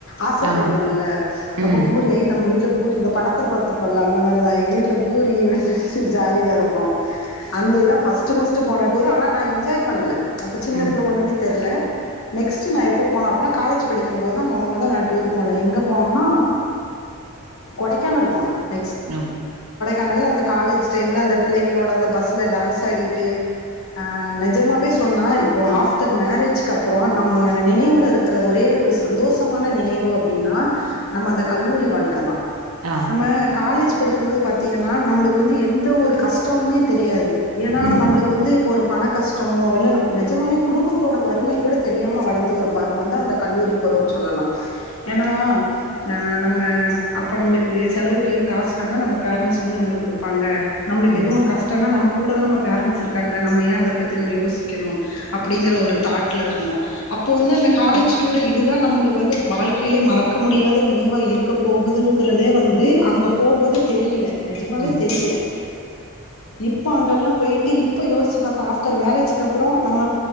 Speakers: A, on the left; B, on the right.
A: ஆசப்படுவோ
B: ஆ
A: இல்ல அப்ப
B: ம்
A: பூரி ஐ நம்ம வீட்ல பூரி இந்த படத்துல பாத்துருக்கோல்ல அந்த மாரிதா எங்க வீட்ல பூரி அப்டி சொல்ட்டு ஜாலியா இருப்போ அந்த இதா ஃபஸ்ட்டு ஃபஸ்ட்டு போன டூரு ஆனா நா என்ஜாய் பண்ணல அப்ப சின்ன
B: ம்
A: பிள்ள ஒண்ணுமே தெர்ல நெக்ஸ்ட் நா எப்போ போன அப்பனா காலேஜ் படிக்கும் போதுதா மொத மொத நா டூர் போன எங்க போனன்னா கொடைக்கானல் போனோ
B: ம்
A: கனல அந்த காலேஜ் டைம்ல அந்த பிள்ளைங்களோட அந்த பஸ்ல டான்ஸ் ஆடிட்டு ஆ நெஜமாவே சொன்னா இப்போ ஆஃப்டர் மேரேஜ்க்கு அப்றம் நம்ம நினைவுலருக் குற ஒரே ஒரு சந்தோஷமான நினைவு அப்டின்னா நம்ம அந்த கல்லூரி வாழ்க்க தா
B: ஆ
A: நம்ம காலேஜ் படிக்கம்போது பாத் திங்கன்னா நம்ளுக்கு வந்து எந்த ஒரு கஷ்டமுமே தெரியாது ஏனா
B: ம்
A: நம்ளுக்கு வந்து இப்ப ஒரு பண கஷ்டமோ இல்ல நம்ம நெஜமாகவே குடும்பத்தோட வறுமை கூட தெரியாம வளந்த ஒரு பருவம் தா அந்த கல்லூரி பருவன் சொல்லலா ஏனா அ நம்ம அப்ப நம்ளுக்கு செலவுக்கு எதுவு காசு வேணா நம்ம பேரண்ட்ஸ் வந்து நம்ளுக்கு குடுப்பாங்க நம்ளுக்கு
B: ம்
A: எது ஒரு கஷ்டன்னா நமக்கு கூட நம்ம பேரண்ட்ஸ் இருக்காங்கள நம்ம ஏன் அத பத்தி நம்ம யோசிக்கணு அப்டிங்ற ஒரு தாட்ல இருந்தோ அப் போ வந்து அந் காலேஜ் டூரு இதுதா நம்ளுக்கு வந்து வாழ்க்கைலே மறக்க முடியாத நினைவா இருக்க போகுதுங்றதே வந்து து அங்க போம்போதே தெரியில நெஜமாவே
B: ம்
A: தெரியில இப்ப அங்கெல்லா போய்ட்டு இப்ப யோசிச்சு பாத்த ஆஃப்டர் மேரேஜ் க்கு அப்றம் நம்ம